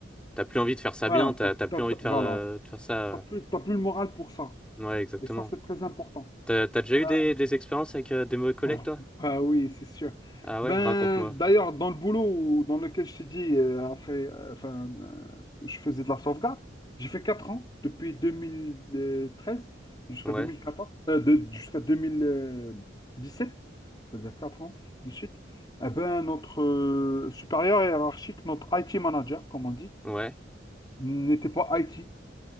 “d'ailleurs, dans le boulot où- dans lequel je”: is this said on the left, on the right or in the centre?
Left